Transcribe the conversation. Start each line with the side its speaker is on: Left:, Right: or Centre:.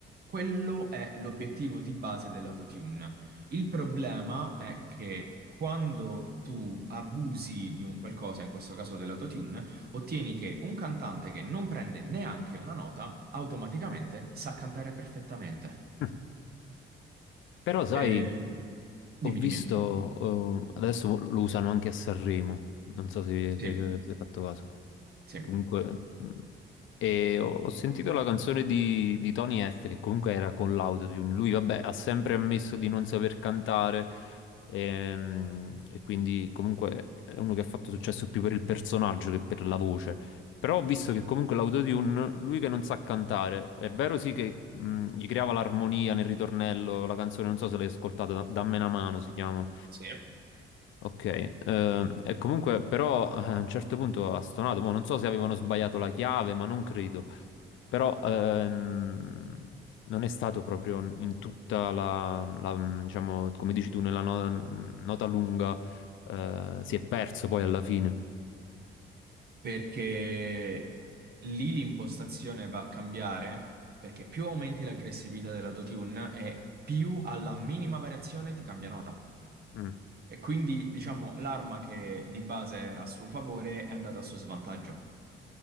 Right: Quello è l'obiettivo di base dell'autotune. Il problema è che quando tu abusi di un qualcosa, in questo caso dell'autotune, ottieni che un cantante che non prende neanche una nota automaticamente sa cantare perfettamente.
Left: <laughs> Però sai,
Right: E- Dimmi,
Left: Ho visto,
Right: dimmi.
Left: eh, adesso lo usano anche a Sanremo, non so se,
Right: Sì,
Left: se, se hai fatto caso.
Right: sì.
Left: Comunque, mh, e ho, ho sentito la canzone di, di Tony F, che comunque era con l'autotune. Lui, vabbè, ha sempre ammesso di non saper cantare, ehm, e quindi comunque è uno che ha fatto successo più per il personaggio che per la voce. Però ho visto che comunque l'autotune, lui che non sa cantare, è vero sì che mh, gli creava l'armonia nel ritornello, la canzone, non so se l'hai ascoltata, da- Dammi una mano si chiama.
Right: Sì.
Left: Ok, eh, e comunque però eh, a un certo punto ha stonato, mo non so se avevano sbagliato la chiave, ma non credo, però ehm, non è stato proprio in tutta la, la, diciamo, come dici tu, nella no- nota lunga, eh, si è perso poi alla fine.
Right: Perché lì l'impostazione va a cambiare perché più aumenti l'aggressività dell'autotune e più alla minima variazione ti cambia nota.
Left: Mm,
Right: E quindi, diciamo, l'arma che di base era a suo favore è andata a suo svantaggio.